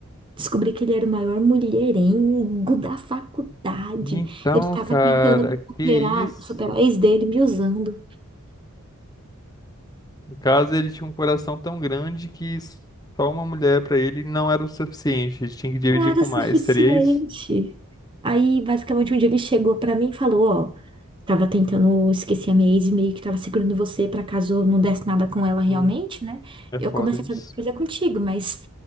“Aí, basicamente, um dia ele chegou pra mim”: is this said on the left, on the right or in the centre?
Right